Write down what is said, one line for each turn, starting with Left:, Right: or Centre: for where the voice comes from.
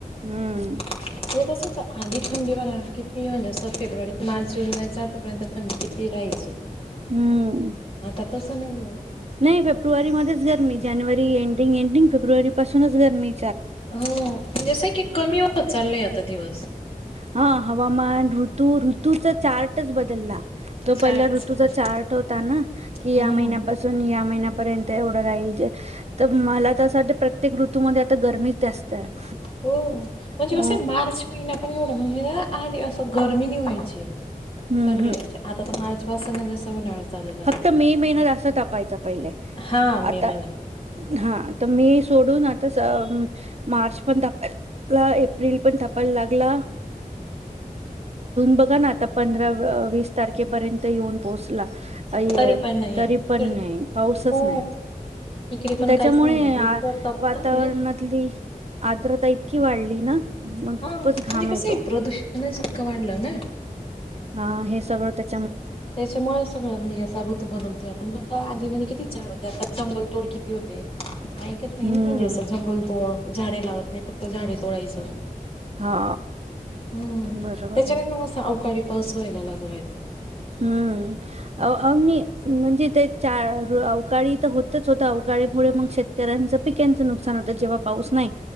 Right: हम्म
Left: म्हणजे कसं होतं आधी थंडी बघा किती म्हणजे अस फेब्रुवारी मार्च जुन नाही चालू होत तोपर्यंत थंडी किती राहायची
Right: हम्म
Left: आता तसं नाहीये.
Right: नाही फेब्रुवारी मध्येच गरमी जानेवारी एंडिंग एंडिंग फेब्रुवारी पासूनच गर्मी
Left: हो म्हणजे अस य की कमी होत चाललंय आता दिवस
Right: हा हवामान ऋतू ऋतु तो चार्टस बदलला जो
Left: साठच
Right: पहिला ऋतू तुझा
Left: होता.
Right: चार्ट होता ना की
Left: हो
Right: या महिन्यापासून या महिन्या पर्यंत एवढं राहिल तर मला तर असं वाटतं प्रत्येक ऋतूमध्ये आता गर्मीच जास्त आहे
Left: हो म्हणजे
Right: अ
Left: कसं मार्च महिना पण एवढा म्हणजे आत अस गरमी नी व्हायची
Right: हम्म
Left: थंडी
Right: हम्म
Left: व्हायची आता तर मार्च <unintelligible> चालू झालाय.
Right: फक्त मे महिना जास्त तपायचा पहिले
Left: हा मे
Right: आता
Left: महिना
Right: हा तर मे सोडून आता मार्च पण तापायला एप्रिल पन तपायला लागला बघा ना आता पंधरा व पीस तारखेपर्यंत येऊन पोहोचला. अय
Left: तरी पण नाहीये
Right: तरी पण नाही पाऊसच
Left: हो
Right: नाही
Left: इकडे पण
Right: त्याच्यामुळे
Left: काहीच नाही म्हणजे इतकं तपतय
Right: वातावरणातली आर्द्रता इतकी वाढली ना म
Left: हा
Right: खूपच
Left: म्हणजे
Right: घाम येतो
Left: कसं आहे प्रदूषणच इतकं वाढलं ना.
Right: हा हे सगळं त्या
Left: त्याच्यामुळे सगळं म्हणजे याचा ऋतू बदलतोय आपण हा आत मधी किती झाड होते आता जंगल तोडकी ती होते ऐकत नाही
Right: हम्म
Left: ना म्हणजे असं जंगल तोड झाडे लावत नाही फक्त झाडे तोडायची
Right: हा
Left: हम्म
Right: बरोबर
Left: त्याच्याने मग अवकाळी पाऊस व्हायला लागलाय
Right: हम्म अ अमी म्हणजे ते चार अवकाळी तर होतच होत अवकाळीमुळे मग शेतकऱ्यांचं पिक्यांचं नुकसान होतं जेव्हा पाऊस नाही